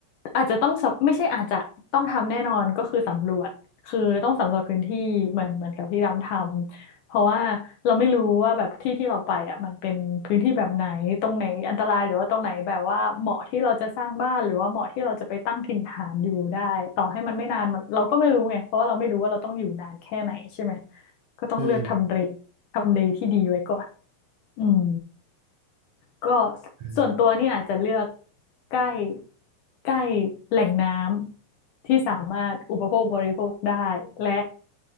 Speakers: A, on the left (about 65°); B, on the right (about 60°).
A: อาจจะต้องสำไม่ใช่อาจจะต้องทำแน่นอนก็คือสำรวจคือต้องสำรวจพื้นที่เหมือนเหมือนกับที่ดำทำเพราะว่าเราไม่รู้ว่าแบบที่ที่เราไปอ่ะมันเป็นพื้นที่แบบไหนตรงไหนอันตรายหรือว่าตรงไหนแบบว่าเหมาะที่เราจะสร้างบ้านหรือว่าเหมาะที่เราจะไปตั้งถิ่นฐานอยู่ได้ต่อให้มันไม่นานมันเราก็ไม่รู้ไงเพราะว่าเราไม่รู้ว่าเราต้องอยู่นานแค่ไหนใช่ไหมก็ต้องเลือกทำเล
B: อืม
A: ทำเลที่ดีไว้ก่อนอืม ก็
B: อืม
A: ส่วนตัวเนี่ยอาจจะเลือกใกล้ใกล้แหล่งน้ำที่สามารถอุปโภคบริโภคได้และ